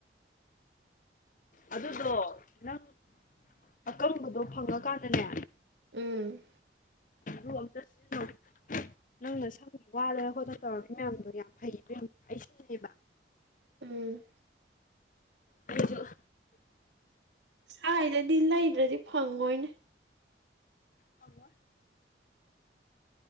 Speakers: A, on the left (about 45°); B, on the right (about 80°).
A: ꯑꯗꯨꯗꯣ ꯅꯪ ꯑꯀꯪꯕꯗꯣ ꯐꯪꯉꯀꯥꯟꯗꯅꯦ
B: ꯎꯝ
A: ꯑꯗꯨꯝꯇ ꯁꯤ <inaudible> ꯅꯪꯅ ꯁꯪꯒꯤ ꯋꯥꯗꯅ ꯈꯣꯠꯇꯅ ꯇꯧꯔꯝꯃꯤ ꯃꯌꯥꯝꯗꯣ ꯌꯥꯝ ꯐꯩꯌꯦ ꯃꯌꯥꯝ ꯑꯩ <inaudible> ꯁꯤꯟꯅꯩꯕ
B: ꯎꯝ
A: ꯖ
B: ꯍꯥꯏꯗꯗꯤ ꯂꯩꯗ꯭ꯔꯗꯤ ꯐꯪꯉꯣꯏꯅꯦ
A: ꯍꯃ